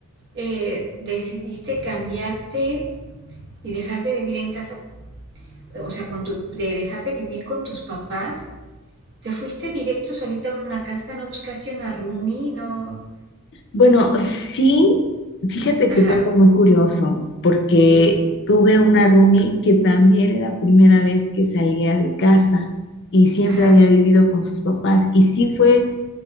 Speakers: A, on the right (about 55°); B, on the left (about 55°).
A: eh, decidiste cambiarte y dejar de vivir en casa, o sea, con tu, de dejar de vivir con tus papás, ¿te fuiste directo solita a una casa? ¿No buscaste una roomie? No.
B: Bueno, sí, fíjate
A: Ajá,
B: que fue algo muy curioso, porque tuve una roomie que también era primera vez que salía de casa y siempre
A: ajá,
B: había vivido con sus papás y sí fue